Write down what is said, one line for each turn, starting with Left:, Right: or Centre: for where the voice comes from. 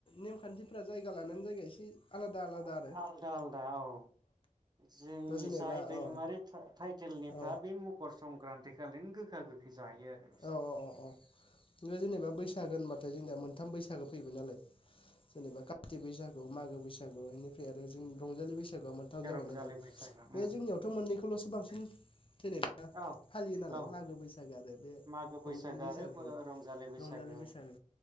Left: नेमखान्थिफ। फोरा जायगा लानानै जायगा एसे आलादा आलादा
Right: आ-आलदा-आलदा
Left: आरो
Right: औ जोंनि
Left: दा जेनेबा
Right: जाय दैमारि
Left: औ
Right: टा-टाइटेलनिफ्रा
Left: औ
Right: बे मकर संक्रान देखालिन गोखा गोखै। जायो आरो बिसोर
Left: औ-औ अ-अ ओ जेनेबा बैसागो होनबाथाय जोंनिया मोनथाम बैसागो। फैबाय नालाय। जेनेबा काथि बैसाग। औ मागो बैसागु इनिफ्राय आरो जोंनि रंजालि बैसा बैसागुआव मोनथाम जाबाय
Right: रंजालि
Left: नालाय
Right: बैसागो
Left: बे जोंनियावथ मोननैखौलसो बांसिन जेनेबा
Right: औ
Left: फालियो नालाय
Right: औ
Left: मागो बैसागो आरो बे।
Right: मागो बैसागो
Left: रंजालि बैसागोखौल'
Right: आरो बय-रंजालि बैसागोआव।
Left: रंजालि बैसागो